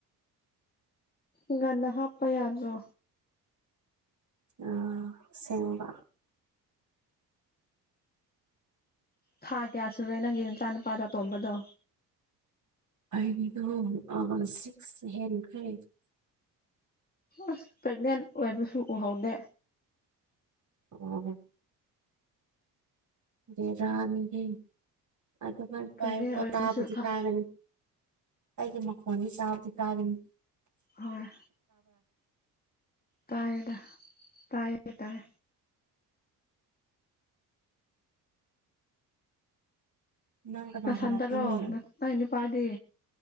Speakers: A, on the left; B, on the right.
A: ꯉꯗ ꯍꯥꯞꯄ ꯌꯥꯗ꯭ꯔꯣ
B: ꯎ ꯁꯦꯡꯕ
A: ꯊꯥ ꯀꯌꯥ ꯁꯨꯔꯦ ꯅꯪꯒꯤ ꯅꯆꯥꯅꯨꯄꯥꯗꯣ ꯑꯇꯣꯝꯕꯗꯣ
B: ꯑꯩꯒꯤꯗꯣ ꯁꯤꯛꯁ ꯍꯦꯟꯈ꯭ꯔꯦ
A: ꯑꯁ ꯄ꯭ꯔꯦꯒꯅꯦꯟ ꯑꯣꯏꯕꯁꯨ ꯎꯍꯧꯗꯦ
B: ꯎ ꯔ ꯔꯥꯅꯤꯍꯦ ꯑꯗꯨꯃꯥꯏ ꯄꯌꯣꯐꯣ
A: ꯄ꯭ꯔꯦꯒꯅꯦꯟ ꯑꯣꯏꯕꯁꯨ
B: ꯇꯥꯕꯨꯗꯤ
A: ꯈ
B: ꯇꯥꯒꯅꯤ ꯑꯩꯒꯤ ꯃꯈꯣꯟꯗꯤ ꯆꯥꯕꯗꯤ ꯇꯥꯔꯤꯅꯤ
A: ꯍꯣꯏ ꯇꯗ ꯇꯌꯦ ꯇꯥꯏ
B: ꯅꯪ ꯀꯅꯥ
A: ꯅ
B: ꯀꯅꯥ
A: ꯁꯥꯟꯗꯔꯣ
B: ꯇꯨꯝꯃꯤ
A: ꯅꯥꯛ ꯏꯅꯤ ꯄꯗꯤ